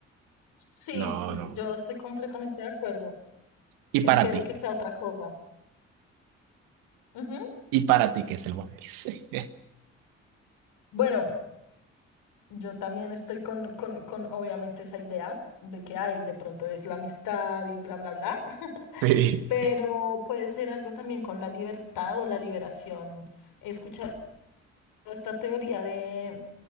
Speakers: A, on the left; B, on the right.
A: Sí,
B: no,
A: sí,
B: no,
A: yo estoy completamente de acuerdo.
B: y
A: Espero
B: para ti,
A: que sea otra cosa. Ujú.
B: y para ti que es el One Piece,
A: Bueno, Yo también estoy con, con, con, obviamente, esa idea de que hay, de pronto es la amistad y bla, bla, bla, <laughs>
B: <laughs> sí,
A: pero puede ser algo también con la libertad o la liberación. He escuchado esta teoría de,